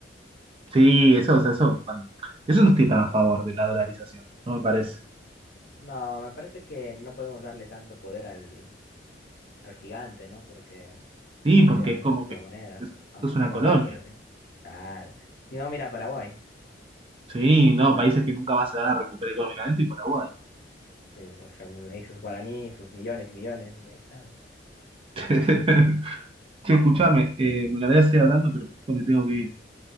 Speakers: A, on the right; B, on the left.
A: Sí, eso, o sea, eso, cuando- eso no estoy tan a favor de la dolarización, no me parece.
B: No, me parece que no podemos darle tanto poder al, al gigante, ¿no? Porque
A: Sí,
B: también
A: porque
B: tenemos
A: es
B: que
A: como
B: tener nuestra
A: que
B: propia
A: eso,
B: aunque
A: es
B: estemos
A: una colonia.
B: mal, pero sí. Claro. Si no, mira Paraguay.
A: Sí, no, países que nunca más se van a recuperar económicamente y Paraguay.
B: Sí, por ejemplo, ahí sus guaraníes, sus millones y millones, y ahí están.
A: <laughs> Che, escuchame, eh, me encantaría seguir hablando, pero justo me tengo que ir.